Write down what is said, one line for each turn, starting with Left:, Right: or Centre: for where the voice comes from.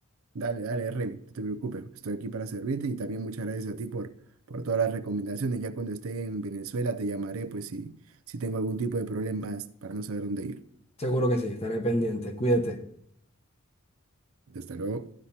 Right: Dale, dale, Remy, no te preocupes, estoy aquí para servirte y también muchas gracias a ti por, por todas las recomendaciones. Ya cuando esté en Venezuela te llamaré, pues si, si tengo algún tipo de problemas para no saber dónde ir.
Left: Seguro que sí, estaré pendiente. Cuídate.
Right: Hasta luego.